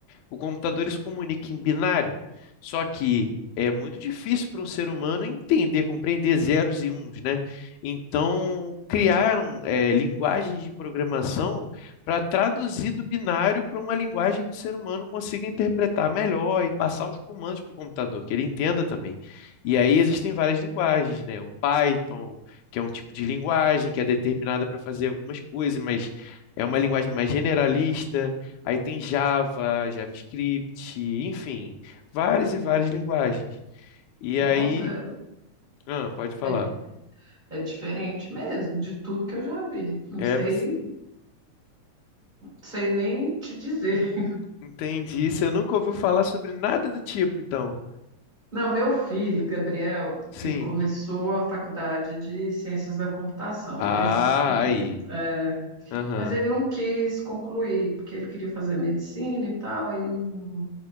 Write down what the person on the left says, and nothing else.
O computador ele se comunica em binário, só que é muito difícil para um ser humano entender, compreender zeros e uns, né? Então, criaram é, linguagens de programação para traduzir do binário para uma linguagem que o ser humano consiga interpretar melhor e passar os comandos para o computador, que ele entenda também. E aí existem várias linguagens, né? O Python, que é um tipo de linguagem que é determinada para fazer algumas coisas, mas é uma linguagem mais generalista. Aí tem Java, JavaScript, enfim, várias e várias linguagens. E
aí, ah, pode falar.
É,
você
entendi. Você nunca ouviu falar sobre nada do tipo, então.
Sim.
Ah,
aí.
Aham.